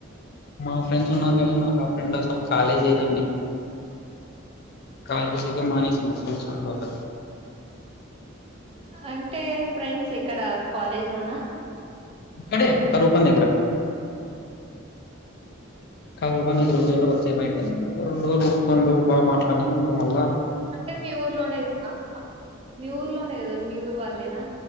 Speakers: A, on the left (about 50°); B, on the right (about 30°).
A: మా ఫ్రెండ్స్ ఉన్నారు కాని నాకు ఆ ఫ్రెండ్ అసలు కాలేజ్ అయ్యదండి కాలజ సీక మానేసిందండద
B: అంటే ఫ్రెండ్స్ ఎక్కడ కాలేజ్ లోనా
A: ఇక్కడే కరువు పని దగ్గర కరువు పని దగ్గర పరిచయం అయ్యిండు రెండు రోజులు ము కొన్ని రోజలు బా మాట్లాడినాము ఇప్పుడు మళ్లా
B: అంటే మీ ఊర్లోనే కదా మీ ఊర్లోనే కదా మీ ఊరు వాళ్ళేనా